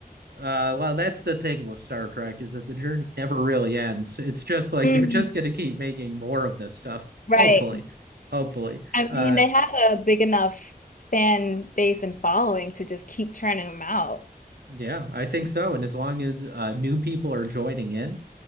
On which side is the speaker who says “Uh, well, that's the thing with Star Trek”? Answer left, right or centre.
Right